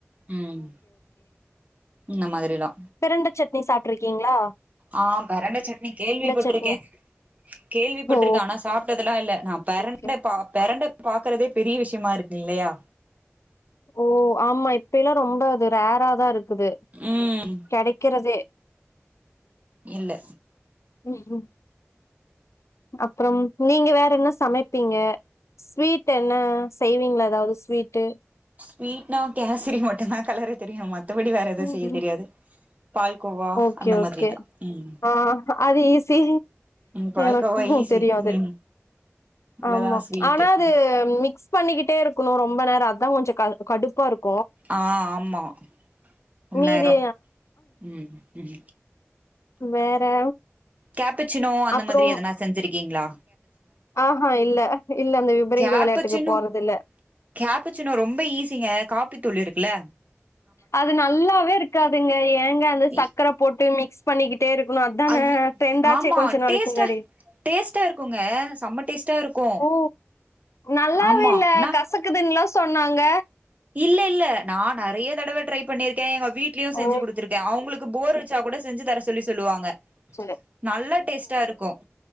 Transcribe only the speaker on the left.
பிரண்ட சட்னி சாப்ட்டு இருக்கீங்ளா
சட்னி
ஓ
ஓகே
ஓ ஆமா இப்பையெல்லா ரொம்ப அது ரேராதா இருக்குது
கெடைக்கறதே
ஹ்ம் அப்றம் நீங்க வேற என்ன சமைப்பீங்க ஸ்வீட் என்ன செய்வீங்ளா எதாவது ஸ்வீட்டு
ம்ஹ்ம்.
ஓகே
ஓகே
ஆ அது ஈசி
எனக்கு
தெரியாது
ஆமா
ஆனா அது
மிக்ஸ் பண்ணிக்கிட்டே இருக்கணு ரொம்ப நேரோ அதா கொஞ்சோ க கடுப்பா இருக்கு
மீதி
வேற
அப்புறம்
ஆஹா இல்ல இல்ல அந்த விபரீத
விளையாட்டுக்கு போறது இல்ல
அது நல்லாவே இருக்காதுங்க ஏங்க அந்த
சக்கர போட்டு மிக்ஸ் பண்ணி கிட்டே இருக்கணு அதான
ரெண்டாச்சே
கொஞ்ச நாளைக்கு
முன்னாடி
ஓ! நல்லாவே
இல்ல
கசக்குதுன்னல்லா சொன்னாங்க
ஓ!
செரி